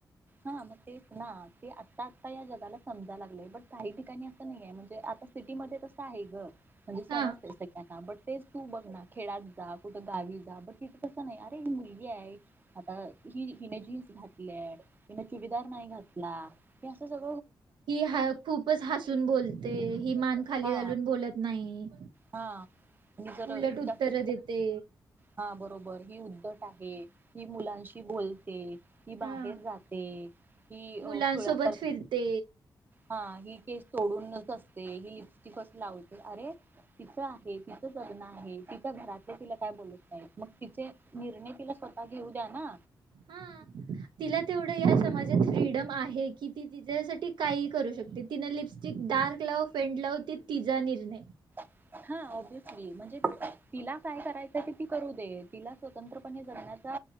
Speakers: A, on the right; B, on the right.
A: हा मग तेच ना ते आता आता या जगाला समजा लागलेय बट काही ठिकाणी अस नाहीये म्हणजे आता सिटी मध्ये कस आहे ग म्हणजे
B: हा
A: समजतय सगळ्यांना बट तेच तू बघ ना खेळात जा, कुठ गावी जा, ब तिथे तस नाही अरे ही मुलगी आहे. आता हि हिने जीन्स घातलीये. तीन चुडीदार नाही घातला. हे अस स
B: कि हाय खूपच हसून बोलते. ही मान खाली
A: हा
B: घालून बोलत नाही.
A: हा आणि जर
B: उलट उत्तर
A: जास्त
B: देते.
A: हा बरोबर ही उद्धट आहे. ही मुलांशी बोलते. ही बाहेर
B: हा
A: जाते ही अ
B: मुलांसोबत
A: खुळ्यासारख
B: फिरते
A: हा ही केस सोडूनच असते ही लिस्टिपच लावते. अरे तिच आहे तिच जगन आहे. तिच्या घरातले तिला काय बोलत नाही. मग तिचे निर्णय तिला स्वतः घेऊ द्या ना.
B: हा तिला तेवढं या समाजात फ्रीडम आहे की ती तिच्यासाठी काहीही करू शकते तिनं लिपस्टिक डार्क लावो फेंट लावो ती तिचा निर्णय
A: हा ओब्यसली म्हणजे तिला काय करायचं ते ती करू दे तिला स्वतंत्रपणे जगण्याचा